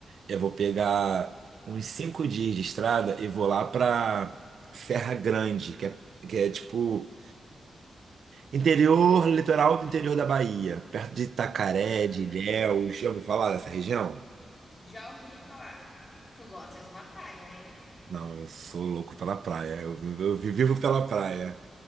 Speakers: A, on the right; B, on the left.
A: Eu vou pegar uns cinco dias de estrada e vou lá pra Serra Grande, que é, que é tipo interior, litoral do interior da Bahia, perto de Itacaré, de Ilhéus. Já ouviu falar dessa região?
B: Já ouvi falar. Tu gosta de uma praia, hein?
A: Não, eu sou louco pela praia. Eu vivo, eu vi- vivo pela praia.